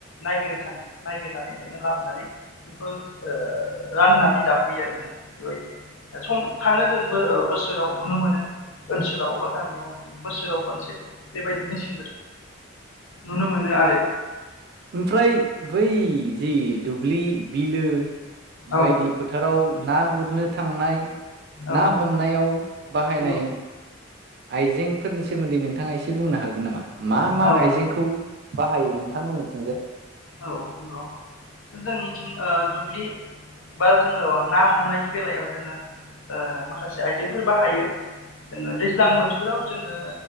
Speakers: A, on the left; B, on the right.
A: नायगिरनो थांडो नायगिरनानै जोङो लाबोनानै बेखौ ओ राननानै जाफैयो आरो ना बेबायदि सम थाङो जोंबो बोसोराव नुनो मोनो ओनसोलाव बा गामियाव जोङो बोसोराव खनसे बेबायदि मसे नुनो मोनो आरो
B: ओमफ्राय बै जि दुब्लि बिलो
A: औ
B: बायदि फोथाराव ना गुरनो थांनाय
A: औ
B: ना हमनायाव बाहायनाय
A: नंगौ
B: आइजेंफोरनि सोमोन्दै नोंथाङा एसे बुंनो हागोन नामा मा मा
A: औ
B: आइजेंखौ बाहायो नोंथांमोननिथिंजाय
A: औ नंगौ जोंनिथिं ओ दुब्लि बा जोङो ना हमनायनि बेलायाव जोङो ओ माखासे आइजेंफोर बाहायो जोङो दैज्लां बोथोराव जोङो